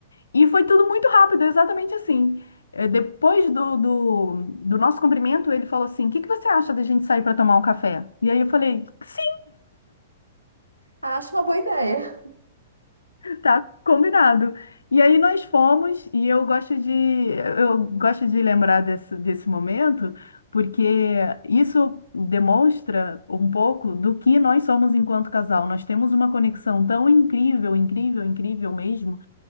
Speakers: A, on the left; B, on the right.
A: E foi tudo muito rápido, exatamente assim. Eh, Depois do, do, do nosso cumprimento, ele falou assim: O que que você acha da gente sair para tomar um café? E aí eu falei: Sim,
B: Ah, Acho uma boa ideia.
A: tá combinado. E aí nós fomos, e eu gosto de, eu gosto de lembrar desse, desse momento, porque isso demonstra um pouco do que nós somos enquanto casal. Nós temos uma conexão tão incrível, incrível, incrível mesmo